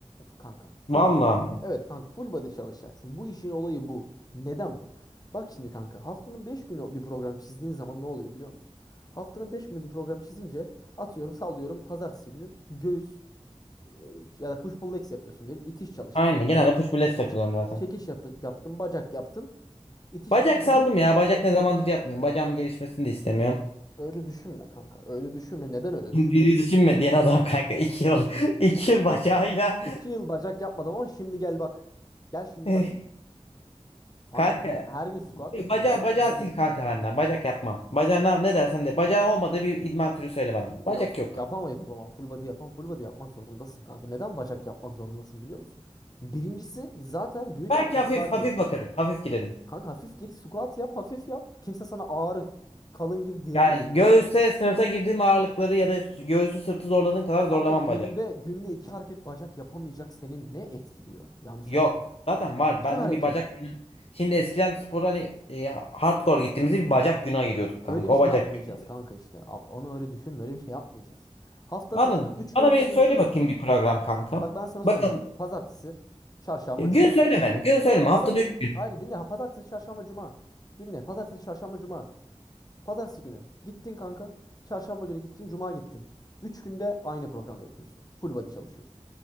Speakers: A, on the left (about 35°); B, on the left (about 60°).
A: F- Kankam full
B: Vallahi
A: body.
B: ama.
A: Evet kanka full body çalışacaksın. Bu işin olayı bu. Neden bu? Bak şimdi kanka haftanın 5 günü bir program çizdiğin zaman ne oluyor biliyor musun? Haftanın 5 günü bir program çizince atıyorum sallıyorum pazartesi günü göğüs e, ya da push pull legs yapıyorsun diyelim. İtiş çalıştın.
B: Aynen. Genelde push pull legs takılıyorum
A: Ç-
B: zaten.
A: çekiş yap yaptın. Bacak yaptın. İtiş
B: Bacak
A: ikinci
B: saldım
A: gün
B: ya. Bacak ne zamandır yapmıyorum. Bacağım gelişmesini de istemiyorum.
A: Öyle düşünme kanka. Öyle düşünme. Neden
B: <laughs>
A: öyle
B: Diri
A: düşünme?
B: düşünme düşünmediğin adam kanka. İki yıl. <laughs> iki yıl bacağıyla.
A: İki yıl bacak yapmadım ama şimdi gel bak. Gel şimdi
B: <laughs>
A: bak. Kanka
B: Kanka.
A: her gün squat yapıyor.
B: Bacağı,
A: Her gün
B: bacağı
A: her gittiğimiz
B: sil kanka
A: squat.
B: benden. Bacak yapmam. Bacağına ne dersen de. Bacağı olmadığı bir idman türü söyle bana. Bacak
A: yap,
B: yok
A: yapamayız
B: kanka.
A: o zaman. Full body yapan full body yapmak zorundasın kanka. Neden bacak yapmak zorundasın biliyor musun? Birincisi zaten büyük
B: Belki
A: bir kalk
B: hafif hafif
A: diyor.
B: bakarım. Hafif girerim.
A: Kanka hafif gir squat yap hafif yap. Kimse sana ağır kalın gir diyen
B: Yani
A: yok
B: göğüse
A: ki.
B: sırta girdiğim ağırlıkları ya da göğsü sırtı zorladığım kadar zorlamam
A: Kanka günde
B: bacağı.
A: günde iki hareket bacak yapamayacak senin ne etkiliyor? Yanlış
B: Yok.
A: anlama.
B: Zaten var.
A: İki
B: Ben
A: hareket.
B: bir bacak günü. Şimdi eskiden spor hani e, hardcore gittiğimizde bir bacak günü ayırıyorduk kanka.
A: Öyle bir şey
B: O bacak
A: yapmayacağız
B: günü.
A: kanka işte. Ab- Onu öyle düşün. Böyle bir şey yapmayacağız. Haftanın
B: Anladım.
A: zaten 3 güne
B: Bana
A: gidiyorsun.
B: bir söyle bakayım bir program kanka.
A: Bak ben sana söyleyeyim.
B: Bakın
A: Pazartesi, çarşamba,
B: gün
A: cuma.
B: söyleme. Gün söyleme.
A: Yok yok
B: Haftada
A: pazartesi.
B: üç gün.
A: Hayır dinle. Ha, Pazartesi, çarşamba, cuma. Dinle. Pazartesi, çarşamba, cuma. Pazartesi günü gittin kanka. Çarşamba günü gittin, cuma gittin. 3 günde aynı programı yapıyorsun. Full body çalışıyorsun.